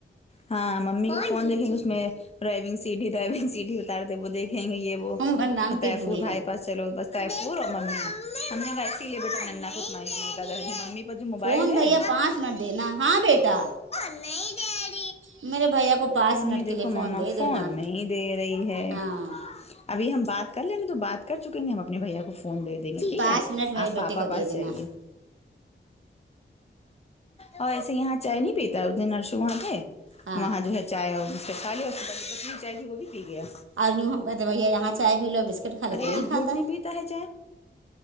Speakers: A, on the left (about 30°); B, on the right (about 75°).
A: ہاں ممی کو فون دیکھیں گے اس میں ڈرائیونگ سیٹ ہی ڈرائیونگ سیٹ اتارتے وہ دیکھیں گے یہ وہ
B: ہم نام پھر
A: طیفور
B: بھول
A: بھائی
B: گئے
A: چلو بس طیفور اور ممی ہم نے کہ اسی لیے بیٹا ننا ختم ممی پر جو موبائل
B: فون
A: ہے
B: بھیا پانچ منٹ دینا ہاں بیٹا
A: نہیں دے
B: میرے بھیا کو پانچ
A: ممی
B: منٹ
A: دیکھو
B: کے لیے
A: ماما
B: دے
A: فون
B: دینا
A: نہیں دے رہی ہے
B: ہاں
A: ابھی ہم بات کر لیں تو بات کر چکیں گے ہم اپنے بھیا کو کو فون دے دیں گے ٹھیک
B: پانچ
A: ہے
B: منٹ میرے
A: آپ پاپا
B: بیٹے کو
A: پاس
B: دے دینا
A: جائیے اور ایسے یہاں چائے نہیں پیتا ہے اس دن نرسو وہاں گئے
B: ہاں
A: وہاں جو ہے چائے اور بسکٹ کھا لیا اس کے بعد بدلی چائے تھی وہ بھی پی گیا
B: اور یہاں بی ہمکو چائے پی لو بس کھا لو
A: ارے
B: تو نہیں
A: گھونٹ
B: کھاتا ہے
A: پیتا چائے